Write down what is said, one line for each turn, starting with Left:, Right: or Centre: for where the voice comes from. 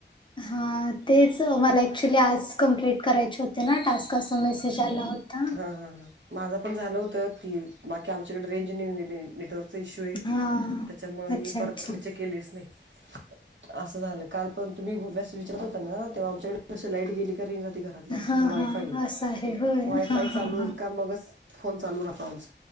Left: हा तेच मला ऍक्च्युली आर्ज कमप्लीट करायचे होत. ते ना टास्का असा मेसेज आला होता.
Right: हा हा हां. माझं पण झालं होतं ती बाकी आमच्याकडे रेंज नेटवर्क <unintelligible> इशू हे
Left: हा
Right: त्याच्यामुळे मी
Left: अच्छा
Right: परत
Left: अच्छा
Right: पुढचे केलेच नाही. असं झालं काल पण तुम्ही गु <unintelligible> घ्यास विचार होता ना तेव्हा आमच्याकडे कशी लाईट गेली. तरेंजनव्हती घरातल्याआमच्या
Left: हा
Right: वायफाय
Left: हा
Right: हे
Left: असं आहे होय
Right: वायफाय
Left: हा
Right: चालू
Left: हा हा
Right: मगच फोन चालू राहतो आमच.